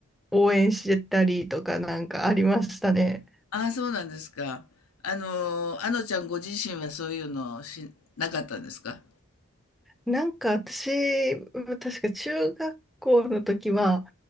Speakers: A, in the centre; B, on the left.
A: 応援してたりとかなんかありましたね。
B: ああ、そうなんですか。あの、あのちゃんご自身はそういうのし、なかったんですか
A: なんか私、ま確か中学校の時は、